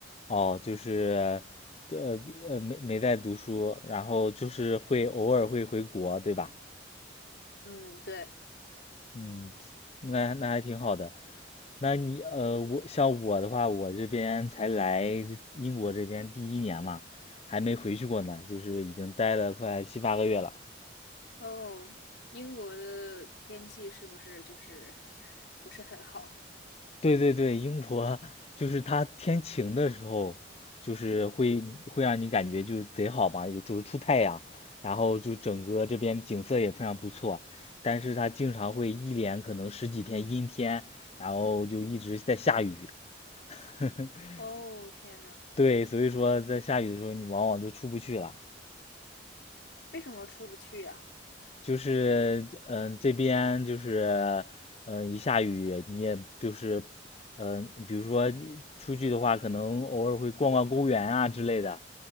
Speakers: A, on the left; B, on the left.
A: 哦，就是，呃呃，没没在读书，然后就是会偶尔会回国，对吧？
B: 嗯，对。
A: 嗯，那那还挺好的。那你呃，我像我的话，我这边才来英国这边第一年嘛，还没回去过呢，就是已经待了快七八个月了。
B: 哦，英国的天气是不是就是不是很好？
A: 对对对，英国就是它天晴的时候，就是会会让你感觉就贼好吧，有就是出太阳，然后就整个这边景色也非常不错。但是它经常会一连可能十几天阴天，然后就一直在下雨。<laughs>
B: 哦，天呐，
A: 对，所以说在下雨的时候，你往往都出不去了。
B: 为什么出不去呀？
A: 就是嗯、这边就是嗯、一下雨你也就是嗯、比如说出去的话，可能偶尔会逛逛公园啊之类的。